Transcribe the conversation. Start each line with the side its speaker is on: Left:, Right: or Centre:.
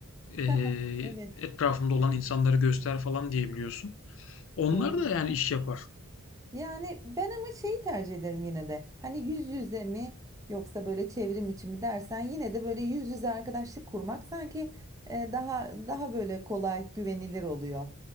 Left: eee
Right: <laughs> Evet,
Left: etrafımda olan insanları göster falan diyebiliyorsun. Onlar
Right: doğru.
Left: da yani iş yapar.
Right: Yani ben ama şeyi tercih ederim yine de. Hani yüz yüze mi yoksa böyle çevrim içi mi dersen yine de böyle yüz yüze arkadaşlık kurmak sanki e, daha daha böyle kolay, güvenilir oluyor